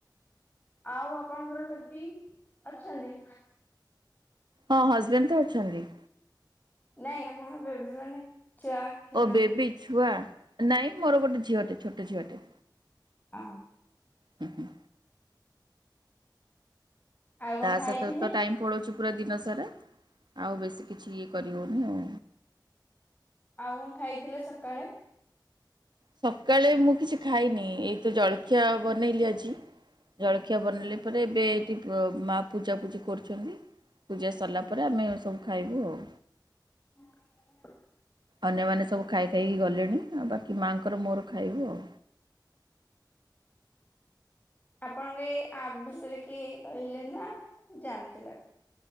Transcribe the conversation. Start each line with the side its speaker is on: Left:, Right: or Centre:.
Left: ଆଉ ବାପାଙ୍କର ସେବି ଅଛନ୍ତି।
Right: ହଁ ହଜବେଣ୍ଡ ତ ଅଛନ୍ତି।
Left: ନାଇଁ ଆମର ବେବି ମାନେ ଛୁଆ କି
Right: ଓ
Left: ନାହାନ୍ତି
Right: ବେବି ଛୁଆ ନାଇଁ ମୋର ଗୋଟେ ଝିଅଟେ ଛୋଟ ଝିଅଟେ।
Left: ହଁ।
Right: ହୁ ହୁଁ।
Left: ଆଉ କଣ
Right: ତା
Left: ଖାଇଥିଲେ?
Right: ସତ ତ ଟାଇମ୍ ପଳଉଛି। ପୁରା ଦିନ ସାରା ଆଉ ବେଶୀ କିଛି ଇଏ କରିହେଉନି ଆଉ
Left: ଆଉ କଣ ଖାଇଥିଲେ ସକାଳେ?
Right: ସକାଳେ ମୁଁ କିଛି ଖାଇନି ଏଇତ ଜଳଖିଆ ବନେଇଲି ଆଜି। ଜଳଖିଆ ବନେଇଲେ ପରେ ଏବେ ଏଇଠି ମା ପୂଜାପୂଜି କରୁଛନ୍ତି। ପୂଜା ସରିଲା ପରେ ଆମେ ସବୁ ଖାଇବୁ ଆଉ
Left: ହଁ
Right: ଅନ୍ୟମାନେ ସବୁ ଖାଇ ଖାଇକି ଗଲେଣି ଆଉ ବାକି ମାଆଙ୍କର ମୋର ଖାଇବୁ ଆଉ।
Left: ଆପଣଙ୍କୁ ଏଇ ଆପ ବିଷୟରେ କି କହିଲେ ନା ଜାଣିଥିଲା